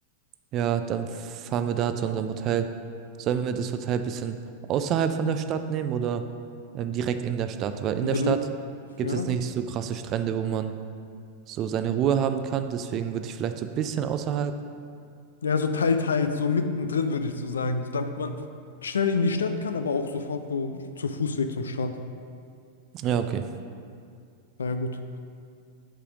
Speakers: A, on the right; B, on the left.
A: Ja, dann fahren wir da zu unserem Hotel. Sollen wir das Hotel ein bisschen außerhalb von der Stadt nehmen oder ähm, direkt in der Stadt? Weil in
B: Also,
A: der Stadt gibt
B: ja.
A: es nicht so krasse Strände, wo man so seine Ruhe haben kann. Deswegen würde ich vielleicht so ein bisschen außerhalb.
B: Ja, so teil, teils, so mittendrin würde ich so sagen. So, damit man schnell in die Stadt kann, aber auch sofort so zu Fußweg zum Strand.
A: Ja, okay.
B: Na ja, gut.